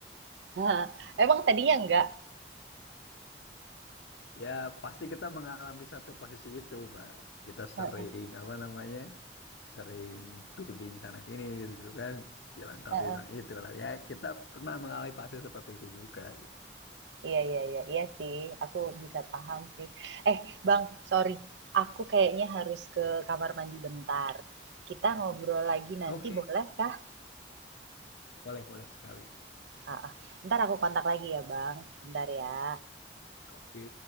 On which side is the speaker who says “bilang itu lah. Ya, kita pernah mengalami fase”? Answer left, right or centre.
Left